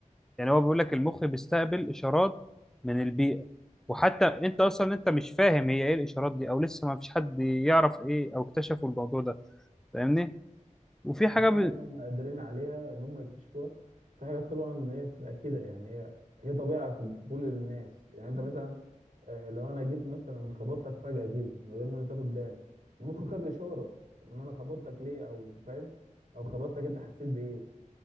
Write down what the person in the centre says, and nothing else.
يعني هو بيقول لك المخ بيستقبل اشارات من البيئه وحتى انت اصلا انت مش فاهم هي ايه الاشارات دي او لسه ما فيش حد يعرف ايه او اكتشفوا الموضوع ده فاهمني وفي حاجه
ب...